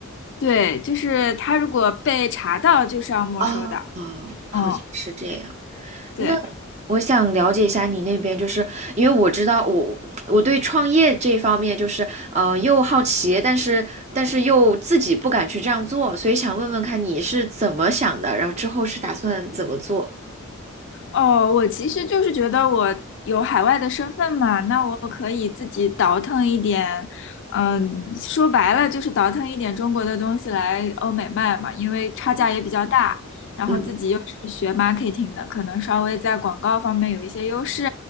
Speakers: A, on the left (about 60°); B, on the right (about 30°).
A: 对，就是他如果被查到，就是要没收的。
B: 啊啊，好像是这样。
A: 嗯。对。
B: 那我想了解一下你那边，就是因为我知道我我对创业这方面就是呃又好奇，但是但是又自己不敢去这样做，所以想问问看你是怎么想的，然后之后是打算怎么做？
A: 哦，我其实就是觉得我有海外的身份嘛，那我可以自己倒腾一点，嗯，说白了就是倒腾一点中国的东西来欧美卖嘛，因为差价也比较大，然后自己又是学
B: 嗯
A: marketing 的，可能稍微在广告方面有一些优势，